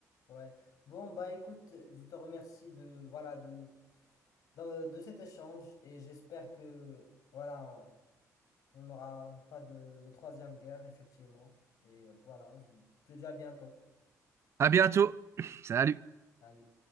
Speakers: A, on the left; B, on the right.
A: ouais. Bon, bah écoute, je te remercie de, voilà, de, de, de cet échange et j'espère que, voilà, On n'aura pas de, de troisième guerre, effectivement. Et euh, voilà, je je te dis à bientôt.
B: À bientôt. Salut.
A: Salut.